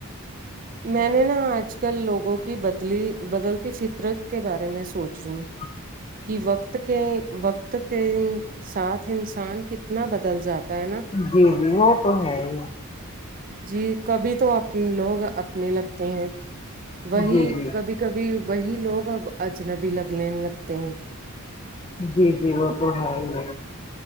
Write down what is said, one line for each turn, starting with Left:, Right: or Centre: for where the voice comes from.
Right: میں نے نا آج کل لوگوں کی بدلی بدلتی فطرت کے بارے میں سوچ رہی ہوں
Left: اچ
Right: کہ وقت کے وقت کے ساتھ انسان کتنا بدل جاتا ہے نا
Left: جی جی وہ تو ہے ہی
Right: جی کبھی تو لوگ اپنے لگتے ہیں وہی
Left: جی جی
Right: کبھی کبھی وہی لوگ اب اجنبی لگنے لگتے ہیں
Left: جی جی وہ تو ہے ہی